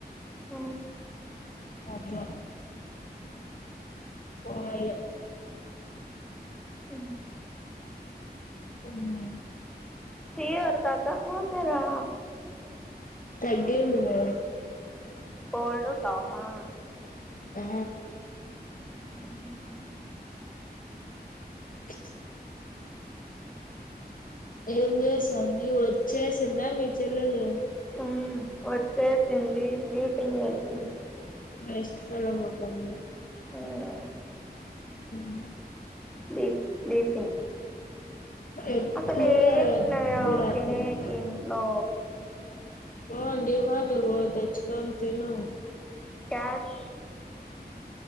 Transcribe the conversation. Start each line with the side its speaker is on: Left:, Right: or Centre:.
Centre: ఆ
Left: అట్లా పోవల్ల
Centre: అ
Left: మ్
Centre: <unintelligible> తెరా
Left: తగ్గేది లె
Centre: కోల్డు కాప్ ఆ
Left: ఆ
Centre: అ
Left: ఎ ఏం చేస్థాంది వచ్చేసింద మీ చెళ్ళేలు
Centre: మ్ వచ్చేసింది స్లీపింగ్ వేసింది
Left: నెస్ట్ ఫ్రేలో పోతుంది
Centre: అవునా
Left: మ్
Centre: స్లీప్ స్లీపింగ్
Left: ఎప్పుడు
Centre: అసలు ఏం
Left: ఎప్పుడు
Centre: లేవ్
Left: అట్లనే
Centre: తినేకి ఇంట్లో
Left: పో డిమార్ట్ పొ తెచ్చుకోని తిను
Centre: క్యాష్